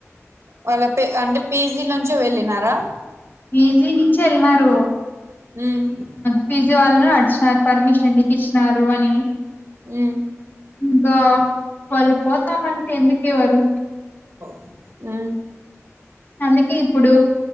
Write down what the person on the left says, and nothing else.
పీజీ నుంచి వెళ్ళినారు
పీజీ వాళ్ళను అడిగినారు పర్మిషన్ మీకు ఇచ్చినారు అని
ఇగ వాళ్ళు పోతామంటే ఎందుకు ఇయరు
అందుకే ఇప్పుడు